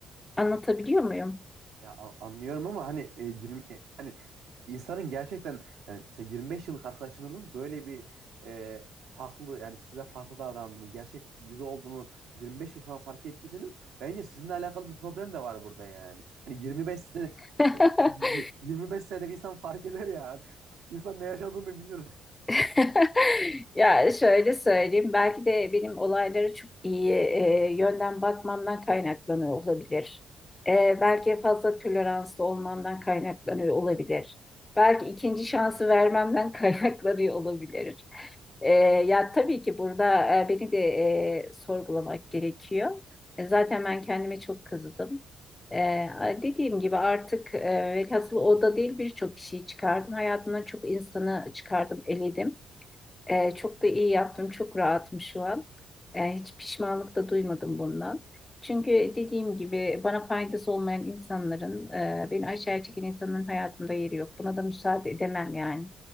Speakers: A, on the left; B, on the right.
A: Anlatabiliyor muyum?
B: Ya a- anlıyorum ama hani e, 20 e, hani insanın gerçekten yani mesela 25 yıllık arkadaşınızın böyle bir e, farklı yani size farklı davrandığını, gerçek yüzü olduğunu 25 yıl sonra fark ettiyseniz bence sizinle alakalı bir problem de var burada yani. Hani 25 sene
A: <laughs>
B: e, y- 25 senede bir insan fark eder ya. İnsan ne yaşadığını bilir. <laughs>
A: <laughs> Ya şöyle söyleyeyim, belki de benim olaylara çok iyi e, yönden bakmamdan kaynaklanıyor olabilir. E, belki fazla toleranslı olmamdan kaynaklanıyor olabilir. Belki ikinci şansı vermemden <laughs> kaynaklanıyor olabilir. E, ya tabii ki burada e, beni de e, sorgulamak gerekiyor. E, zaten ben kendime çok kızdım. E, dediğim gibi artık e, velhasıl o da değil birçok kişiyi çıkardım. Hayatımdan çok insanı çıkardım, eledim. Ee, çok da iyi yaptım. Çok rahatım şu an. Ee, hiç pişmanlık da duymadım bundan. Çünkü dediğim gibi bana faydası olmayan insanların, e, beni aşağıya çeken insanların hayatımda yeri yok. Buna da müsaade edemem yani.